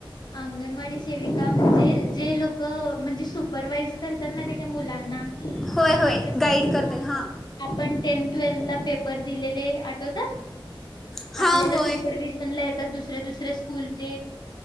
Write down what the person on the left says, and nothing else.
अंगणवाडी सेविका म्हणजे, जे लोकं म्हणजे सुपरवाइज करतात ना, ते त्या मुलांना आता
जसं
आपण टेंथ ट्वेल्थला पेप लेले आठवतात?
आपल्याला
सुपरव्हिजनला ये तर दुसऱ्या दुसऱ्या स्कूलचे